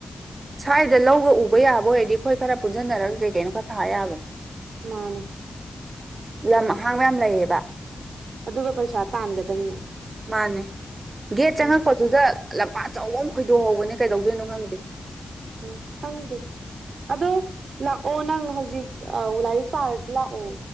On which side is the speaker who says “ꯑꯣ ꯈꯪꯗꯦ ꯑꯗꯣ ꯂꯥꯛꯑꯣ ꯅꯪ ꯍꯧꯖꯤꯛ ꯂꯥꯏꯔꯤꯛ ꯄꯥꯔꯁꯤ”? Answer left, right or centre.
Right